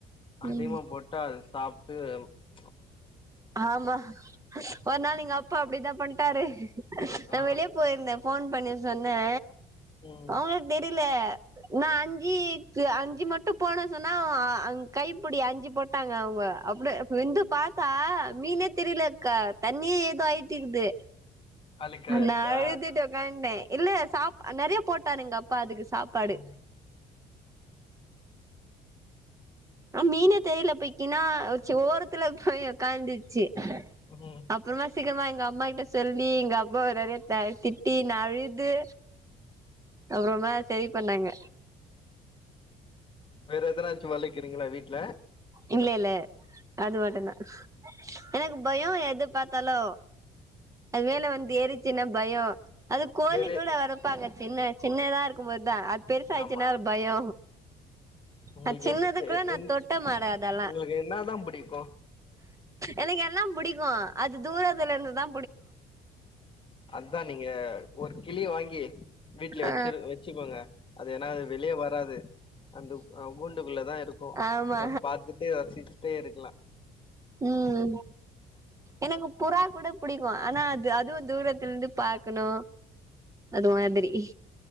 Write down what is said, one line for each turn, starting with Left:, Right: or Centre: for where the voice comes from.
Left: அதிகமா
Right: ம்
Left: போட்டா அது சாப் <unintelligible>
Right: ஆமா ஒரு நாள் நீங்க அப்பா அப்படிதா பண்டாரு நா
Left: ஆ
Right: வெளியே போயிருந்தே போன் பண்ணி சொன்னே
Left: ம்
Right: அவங்களுக்கு தெரியல நா அஞ்சுக்கு அஞ்சு மட்டும் போனே சொன்னா கைப்பிடி அஞ்சு போட்டாங்க அவங்க அப்படி வந்து பா்த்தா மீனே தெரியலக்கா தண்ணியே ஏதோ ஆயிட்டக்குது
Left: அழுக்கா இருக்கா
Right: நா அழுதிட்டுக்கண்டே இல்ல சா நிறைய போட்டாரு எங்க அப்பா அதுக்கு சாப்பாடு
Left: ம்
Right: மீன தெரியல போய்க்கின்னா அச் ஓரத்துல போய் உகாந்துச்சு
Left: ம்
Right: அப்புறமா சீக்கிரமா எங்க அம்மா க சொல்லி எங்க அப்பாவ நிறைய திட்டி ந அழுது அப்புறமா சரி பண்ணாங்க
Left: வேற எதனாச்சு வழக்குறீங்களா வீட்ல
Right: இல்ல இல்ல அது மட்டும்தா எனக்கு பயம் எது பாத்தாலு அது மேல வந்து எரிச்சின்னா பயம் அது கோழி
Left: வேற
Right: கூட வரப்பாங்க சின்ன சின்னதா இருக் இருக்குபோ தா அது பெருசா ஆயிச்சுன்னா
Left: ஆமா
Right: பயோ
Left: உங்களுக்கு
Right: அது சின்னது
Left: எது எ
Right: கூட நா
Left: எ
Right: தொட்ட மாட்டே அதெல்லா
Left: உங்களுக்கு என்னா தா பிடிக்கு
Right: எனக்கு எல்லா புடிக்கு அது தூரத்துலயிருந்தா
Left: அதா நீங்க ஒரு கிளிய வாங்கி வீட்ல
Right: ஆ
Left: வச்சிரு வச்சிப்போங்க அது ஏன்னா அது வெளிய வராது அந்த அ கூண்டுக்குள்ளதா இருக்கு
Right: ஆமா
Left: அது பாத்துட்டு ரசிச்சுட்டே இருக்கலா
Right: ம் எனக்கு புறா கூட புடிக்கு ஆனா அது அதுவும தூரத்துலந்து பாக்கணு அது மாதிரி